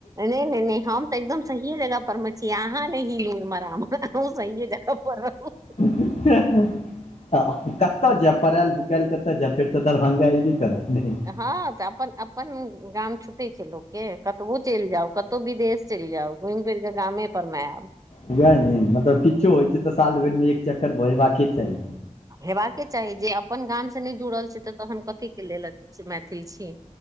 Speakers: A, on the right; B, on the left.
A: नै नै नै हम तऽ एकदम सही जगह पर मे छी आहाँ नै हिलु इमहर आमहर <unintelligible> सहीये जगह पर रहू
B: <inaudible> कतय जायब पड़ायल भुखायल कतय जायब फेर तऽ दरभंगा य ई बे करब ने।
A: हँ तऽ अपन गाम छुटे छैय लोकके कतौ चलि जाउ कतहु विदेश। चलि जाउ घुमि फिर कऽ गामे पर मेआएब।
B: वएह ने मतलब किछो होइ छैय तऽ साल भरिमे एक चक्कर भऽय जबाक चाहि।
A: हेबाके चाही जे अपन गाम से नहि जुड़ल छि तऽ तखन कथीके लेल मैथिल अछि।